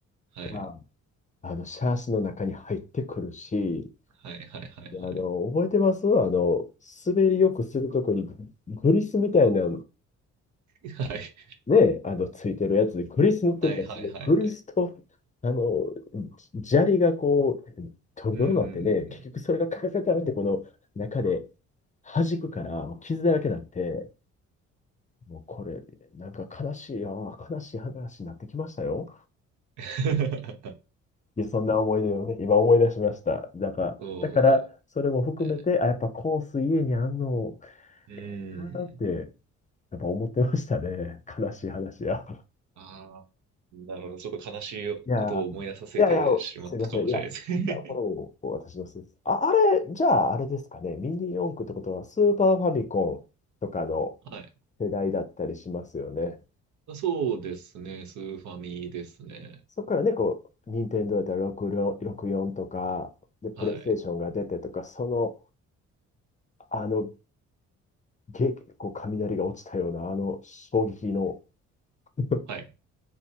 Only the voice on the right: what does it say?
はい。
はい、はい、はい、はい。
はい。
はい、はい、はい、はい。
うん、うん、うん。うん
<laughs>
そ
うね。
うん。
ああ、なるほど。ちょっと悲しいことを思い出させてしまったかもしれないですね。
<laughs> はい。
あそうですね。スーファミですね。
はい。
はい。